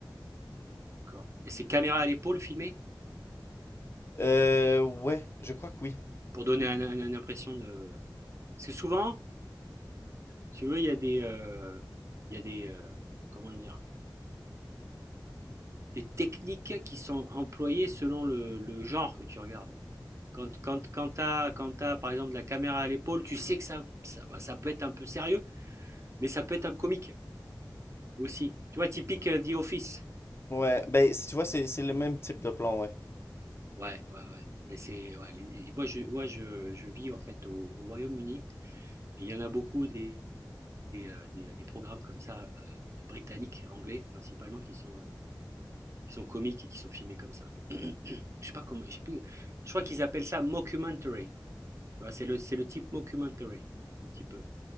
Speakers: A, on the right; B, on the left.
A: D'accord. Et c'est caméra à l'épaule filmé
B: Euh, ouais, je crois que oui.
A: pour donner un- un- une impression de... Parce que souvent, si tu veux, il y a des... euh, il y a des... euh, comment dire? les techniques qui sont employées selon le, le genre que tu regardes. Quand, quand, quand tu as, t'as, par exemple la caméra à l'épaule, tu sais que ça, ça, ça peut être un peu sérieux, mais ça peut être un comique aussi. Tu vois, typique euh, The Office.
B: Ouais, ben, si tu vois, c'est, c'est le même type de plan, ouais.
A: Ouais, ouais, ouais. Mais c'est, ouais, les- moi, je, moi je, je vis en fait au, au Royaume-Uni et il y en a beaucoup des, des, euh, des- des programmes comme ça, euh, britanniques, anglais principalement, qui sont, euh, qui sont comiques et qui sont filmés comme ça. <clears throat> Je sais pas comment, je sais plus. Je crois qu'ils appellent ça mockumentary. Tu vois, c'est le, c'est le type mockumentary, un petit peu.